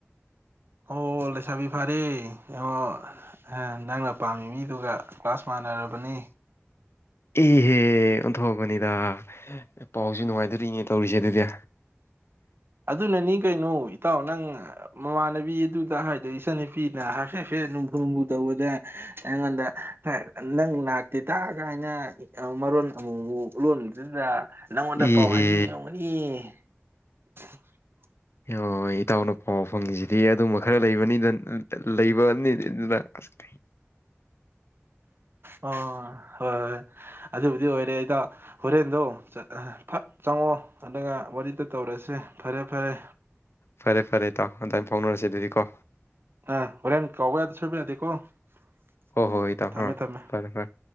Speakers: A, on the right; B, on the left.
A: ꯑꯣ ꯂꯧꯁꯥꯕꯤ ꯐꯔꯦ ꯌꯦꯡꯉꫭ ꯅꯪꯅ ꯄꯥꯝꯃꯤ ꯃꯤꯗꯨꯒ ꯀ꯭ꯂꯥꯁ ꯃꯥꯟꯅꯔꯕꯅꯦ
B: ꯏ ꯑꯦ ꯑꯣꯟꯊꯣꯕꯅꯤꯗ ꯄꯥꯎꯁꯤ ꯅꯨꯉꯥꯏꯗꯔꯤꯅꯦ ꯇꯧꯔꯤꯁꯦ ꯑꯗꯨꯗꯤ
A: ꯑꯗꯨꯅꯅꯤ ꯀꯩꯅꯣ ꯏꯇꯥꯎ ꯅꯪ ꯃꯃꯥꯟꯅꯕꯤ ꯑꯗꯨ ꯑꯗꯥ ꯍꯥꯏꯗꯣ ꯏꯆꯟ ꯅꯨꯄꯤꯗ ꯍꯥꯏꯐꯦꯠ ꯍꯥꯐꯦꯠ ꯂꯨꯝꯐꯨ ꯂꯨꯝꯐꯨ ꯇꯧꯕꯗ ꯑꯩꯉꯣꯟꯗ ꯍ ꯅꯪ ꯂꯥꯛꯇꯦꯗꯅꯒꯥꯏꯅ ꯃꯔꯣꯟ ꯑꯃꯨꯛ ꯃꯨꯛ ꯂꯣꯜꯂꯤꯗꯨꯗ ꯅꯪꯉꯣꯟꯗ
B: ꯏꯍꯦ
A: ꯄꯥꯎ ꯍꯥꯏꯅꯤꯡꯉꯤ ꯑꯣꯝꯒꯅꯤꯌꯦ <inaudible>
B: ꯍꯤꯌꯣ ꯏꯇꯥꯎꯅ ꯄꯥꯎ ꯐꯪꯉꯤꯁꯤꯗꯤ ꯑꯗꯨꯝꯕ ꯈꯔ ꯂꯩꯕꯅꯤꯅ <unintelligible>
A: ꯑ ꯍꯣꯏ ꯍꯣꯏ ꯑꯗꯨꯕꯨꯗꯤ ꯑꯣꯏꯔꯦ ꯏꯇꯥꯎ ꯍꯣꯔꯦꯟꯗꯣ ꯆꯠ ꯍ ꯐꯠ ꯆꯪꯉꯣ ꯑꯗꯨꯒ ꯋꯥꯔꯤꯗꯣ ꯇꯧꯔꯁꯦ ꯐꯔꯦ ꯐꯔꯦ
B: ꯐꯔꯦ ꯐꯔꯦ ꯏꯇꯥꯎ ꯑꯗꯥꯏ ꯐꯥꯎꯅꯔꯁꯤ ꯑꯗꯨꯗꯤꯀꯣ
A: ꯑ ꯍꯣꯔꯦꯟ ꯀꯥꯎꯕ ꯌꯥꯗꯦ ꯁꯣꯏꯕ ꯌꯥꯗꯦꯀꯣ
B: ꯍꯣ
A: ꯎꯝ
B: ꯍꯣ ꯏꯇꯥꯎ
A: ꯊꯝꯃꯦ
B: ꯍꯥ
A: ꯊꯝꯃꯦ
B: ꯐꯔꯦ ꯐꯔꯦ